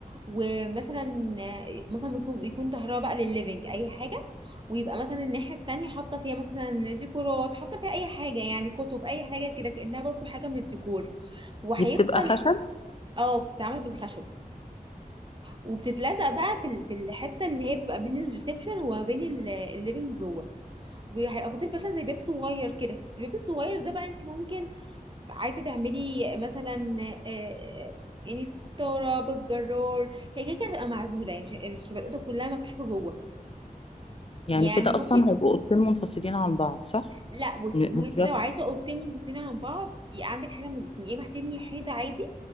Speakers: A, on the right; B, on the left.
A: ومثلا آه، مثلا يكون يكون ظهرها بقى للليفينج اي حاجة ويبقى مثلا الناحية التانية حاطة فيها مثلا ديكورات حاطة فيها اي حاجة يعني كتب اي حاجة كده كأنها برضو حاجة من الديكور وهيفضل
B: دي بتبقى خشب
A: اه بتتعمل بالخشب وبتتلزق بقى في ال- في الحتة اللي هي بتبقى بين الريسبشن وما بين الليفينج جوه وهيبقى فاضل مثلا زي باب صغير كده الباب الصغير ده بقى انت ممكن عايزه تعملي مثلا آه، آه، يعني ستاره باب جرار هي كده كده هتبقى معزوله يعني مش مش هتبقى الاوضه كلها مكشوفه جوه
B: يعني
A: يعني
B: كده
A: ممكن
B: اصلا هيبقوا اوضتين منفصلين عن بعض صح
A: لا بصي
B: م-
A: ما هو
B: مش
A: انت
B: بس
A: لو عايزه اوضتين منفصلين عن بعض يبقى عندك حاجه من الاتنين يا اما هتبني حيطه عادي